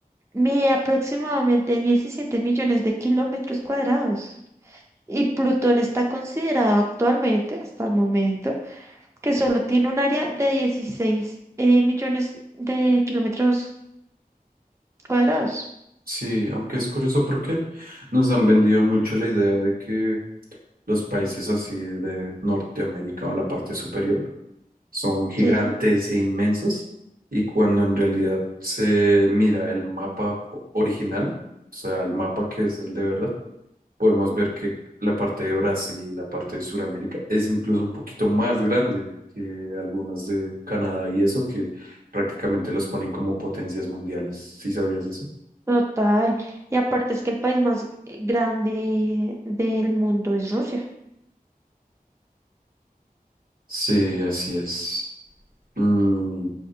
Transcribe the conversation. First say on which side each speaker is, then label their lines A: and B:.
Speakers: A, on the right; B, on the right.
A: mide aproximadamente 17 millones de kilómetros cuadrados. Y Plutón está considerado actualmente, hasta el momento, que solo tiene un área de 16 eh, millones de kilómetros cuadrados.
B: Sí, aunque es curioso porque nos han vendido mucho la idea de que los países así de Norteamérica o la parte superior son gigantes
A: Sí,
B: e inmensos y cuando en realidad se mira el mapa o- original, o sea, el mapa que es el de verdad, podemos ver que la parte de Brasil, la parte de Sudamérica es incluso un poquito más grande que algunas de Canadá y eso que prácticamente los ponen como potencias mundiales. ¿Sí sabías eso?
A: total. Y aparte es que el país más eh, grande del mundo es Rusia.
B: Sí, así es. Mm,